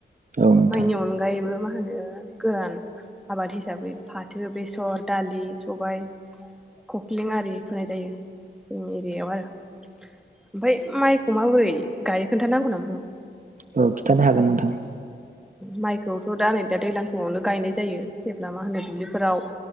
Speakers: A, on the right; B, in the centre.
A: औ नोंथां
B: माइनि अनगायैबो मा मा होनो गोरान आबाद हिसाबै फाथो बेसर दालि सबायाइ खख्लें आरि फोनाय जायो जोंनि एरियायाव आरो ओमफाय माइखौ माबोरै गायो खोन्थानांगौ नामा नोंनो
A: औ खिन्थानो हागोन नोंथां।
B: माइखौथ' दा नै दा दैलां समावनो गायनाय जायो जेब्ला मा होनो दुब्लिफोराव